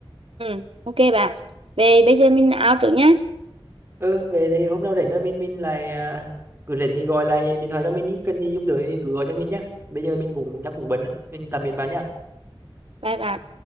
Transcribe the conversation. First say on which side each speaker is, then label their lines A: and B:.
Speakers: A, on the right; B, on the right.
A: Ừ. ok bạn về bây giờ mình out trước nhé
B: ừ về thì hôm nào rảnh thôi mình mình lại à, cứ rảnh thì gọi lại điện thoại cho mình đi cần gì giúp đỡ thì cứ gọi cho mình nhá bây giờ mình cũng chắc cũng bận á. mình tạm biệt bạn nhá
A: bye bye